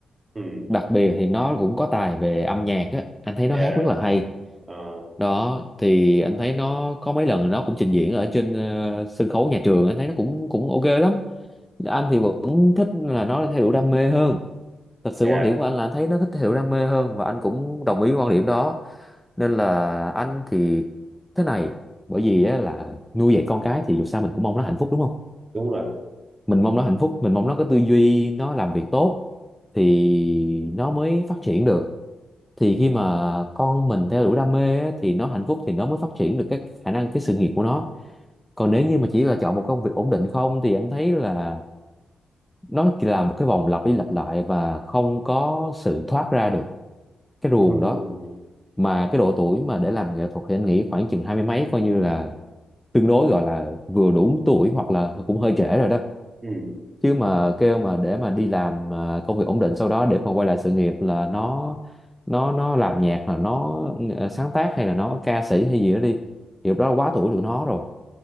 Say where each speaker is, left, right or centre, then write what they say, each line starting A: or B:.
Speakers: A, on the right (about 25°); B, in the centre.
A: ừ
B: đặc biệt thì nó cũng có tài về âm nhạc á anh thấy
A: yeah
B: nó hát rất là hay
A: ờ,
B: đó thì anh thấy nó có mấy lần nó cũng trình diễn ở trên ờ, sân khấu nhà trường anh thấy nó cũng cũng ok lắm anh thì vẫn thích là nó theo đuổi đam mê hơn thật sự
A: yeah
B: quan điểm của anh là anh thấy nó thích theo đuổi đam mê hơn và anh cũng đồng ý quan điểm đó nên là anh thì thế này bởi vì á, là nuôi dạy con cái thì dù sao mình cũng mong nó hạnh phúc đúng không
A: đúng rồi
B: mình mong nó hạnh phúc mình mong nó có tư duy nó làm việc tốt thì nó mới phát triển được thì khi mà con mình theo đuổi đam mê á, thì nó hạnh phúc thì nó mới phát triển được cái khả năng cái sự nghiệp của nó còn nếu như mà chỉ là chọn một công việc ổn định không thì anh thấy là nó chỉ là một cái vòng lặp đi lặp lại và không có sự thoát ra được cái ruồng
A: ừ
B: đó mà cái độ tuổi mà để làm nghệ thuật thì anh nghĩ khoảng chừng hai mươi mấy coi như là tương đối gọi là vừa đủ tuổi hoặc là cũng hơi trễ rồi đó
A: ừ
B: chứ mà kêu mà để mà đi làm à, công việc ổn định sau đó để mà quay lại sự nghiệp là nó nó nó làm nhạc là nó ừ, sáng tác hay là nó ca sĩ hay gì đó đi thì lúc đó quá tuổi tụi nó rồi